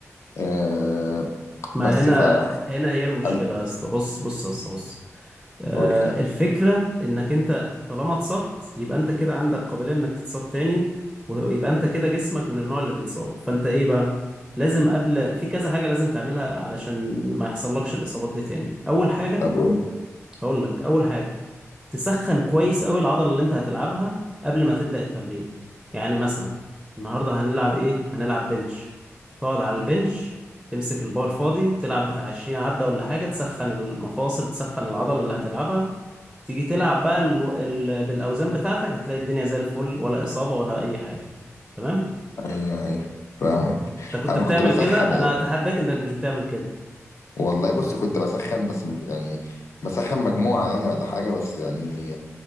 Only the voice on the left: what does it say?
آه،
بس
ف
قال-
قول لي
طب قول لي.
ايوه ايوه فاهمك
انا
كنت بسخن
يعني
والله بص كنت بسخن بس م- يعني بسخن مجموعة يعني ولا حاجة بس يعني